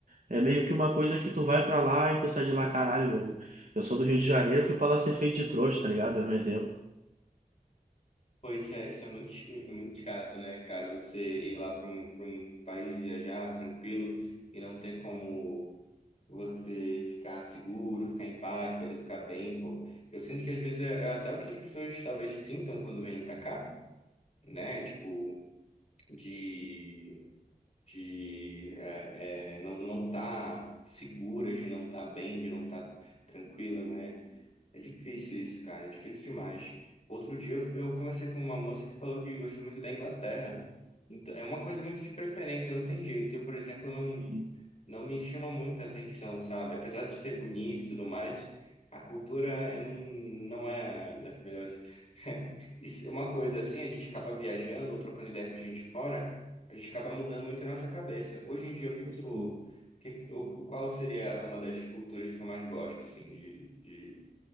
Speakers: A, on the right (about 60°); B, on the left (about 45°).
A: É meio que uma coisa que tu vai pra lá e tu sai de lá, caralho, meu. Eu sou do Rio de Janeiro, fui pra lá ser feito de trouxa, tá ligado? Dando um exemplo.
B: Pô, isso é, isso é muito, ch- é muito chato, né, cara? Você ir lá para um, para um país viajar tranquilo e não ter como você ficar seguro, ficar em paz, poder ficar bem, pô. Eu sinto que às vezes é é até o que as pessoas talvez sintam quando venham para cá, né? Tipo, de de é, é, não não tá segura, de não tá bem, de não tá tranquila, né? É difícil isso, cara, é difícil demais. Outro dia eu, eu conversei com uma moça que falou que gosta muito da Inglaterra. Então, é uma coisa muito de preferência, não tem jeito. Eu, por exemplo, não
A: Sim,
B: não me chama muita atenção, sabe? Apesar de ser bonito e tudo mais, a cultura é um- não é das melhores. <laughs> Isso é Uma coisa assim, a gente acaba viajando ou trocando ideia com gente fora, a gente acaba mudando muito a nossa cabeça. Hoje em dia, o que que tu,
A: sim.
B: o que que- o- qual seria uma das culturas que tu mais gosta, assim, de, de